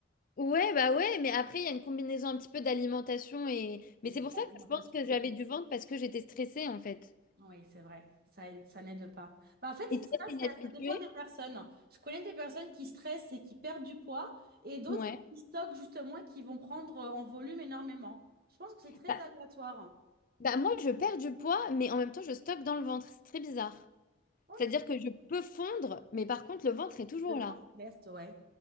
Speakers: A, on the left; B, on the right.
A: Ouais, bah ouais, mais après, il y a une combinaison un petit peu d'alimentation et... Mais
B: Oui,
A: c'est pour ça
B: l'alimentation,
A: que je pense que j'avais
B: c'est tout.
A: du ventre parce que j'étais stressée, en fait.
B: Oui, c'est vrai, ça, aide- ça n'aide pas. Bah, en fait,
A: Et
B: ça,
A: toi, t'es
B: ça,
A: une habituée?
B: ça dépend des personnes. Je connais des personnes qui stressent et qui perdent du poids, et d'autres
A: Ouais.
B: qui stockent justement et qui vont prendre euh, en volume énormément. Je pense que c'est très
A: Bah,
B: aléatoire. hein.
A: bah moi, je perds du poids, mais en même temps, je stocke dans le ventre. C'est très bizarre.
B: Ok,
A: C'est-à-dire que je peux fondre, mais par contre, le ventre est toujours
B: le grand
A: là.
B: reste, ouais.